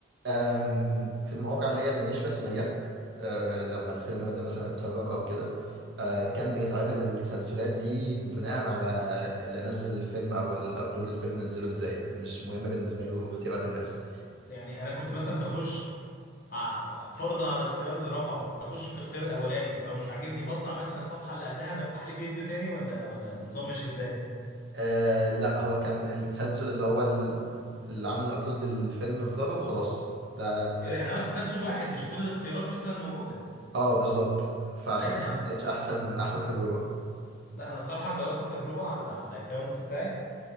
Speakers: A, on the right; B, on the left.
A: أم، في المواقع اللي هي اللي مش رسمية أه، لما الفيلم ده مثلا اتسرب أو كده أه، كان بيتعرض التسلسلات دي بناء على اللي نزل الفيلم أو اللي أبلود الفيلم نزله إزاي مش مهم بالنسبة له اختيارات الناس
B: يعني انا كنت مثلا بخش ع- فرضا على الاختيار اللي رفعه بخش في الاختيار الاولاني ولو مش عاجبني بطلع مثلا الصفحه اللي قبلها بفتح لي فيديو تاني ولا ولا النظام ماشي ازاي
A: أه، لا هو كان التسلسل اللي هو ال- اللي عمل الأبلود للفيلم اختاره وخلاص ده
B: ايه ده يعني هو تسلسل واحد مش كل الاختيارات مثلا موجوده
A: اه بالظبط فعشان
B: لا ايه ده
A: كده
B: يا عم
A: ما كانتش أحسن أحسن تجربة
B: لا انا الصراحه جربت التجربه على على الاكونت بتاعي